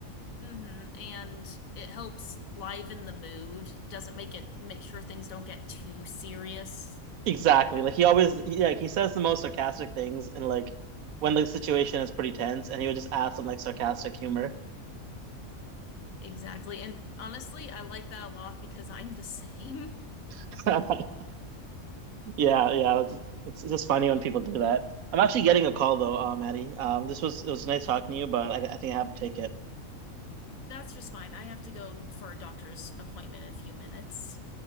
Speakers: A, on the left; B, on the right.
A: Mm-hmm. And it helps liven the mood, doesn't make it make sure things don't get too serious.
B: Exactly. Like he always he, like he says the most sarcastic things and like when the situation is pretty tense and he would just add some like sarcastic humor.
A: Exactly. And honestly, I like that a lot because I'm the same.
B: <laughs> Yeah, yeah. It's, it's just funny when people do that. I'm actually getting a call though, uh, Maddie. Um, this was it was nice talking to you, but I, I think I have to take it.
A: That's just fine. I have to go for a doctor's appointment in a few minutes.